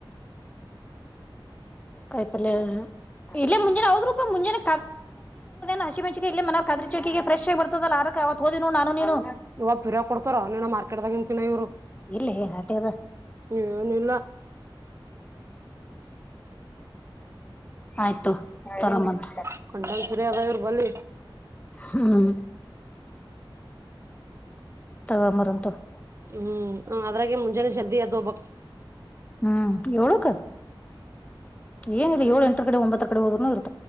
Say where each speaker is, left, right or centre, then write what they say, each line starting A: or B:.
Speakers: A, on the left; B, on the right.
A: ಕಾಯಿಪಲ್ಯ ಇಲ್ಲೇ ಮುಂಜಾನೆ ಹದ್ ರೂಪಾಯ ಮುಂಜಾನೆ <unintelligible> ಹಸಿಮೆಣಸಿನಕಾಯಿ ಇಲೇ ಮನೆಗೆ ಫ್ರೆಶ್ ಆಗಿ ಬರ್ತದಲ್ಲ ಅರಕ ಅವತ್ ಹೋದಿ ನ ನಾನು ನೀನು
B: ಇವ ಪಿರ ಕೊಡ್ತಾರ ನೀನ ಮಾರ್ಕೆಟ್ದಾಗನ್ಕಿನ ಇವ್ರು
A: <unintelligible> ಇಲ್ಲ ಆಟೆಗೆದ
B: ಏನಿಲ್ಲ
A: ಆಯ್ತು ತರ ಮಂತ
B: <unintelligible> ಇದ್ರ ಇರು ಬಲಿ
A: ಹ್ಮ ತಗ ಮರಂತ
B: ಹ್ಮ್ ಅದ್ರಾಗೆ ಮುಂಜಾನೆ ಜಲ್ದಿ ಎದು ಹೋಗಬೇಕು
A: ಹ್ಮ್ ಏಳಕ್ಕ ಏನಿಲ್ಲ ಏಳು ಎಂಟ ಕಡೆ ಒಂಬತ್ತ ಕಡೆ ಹೋದ್ನು ಇ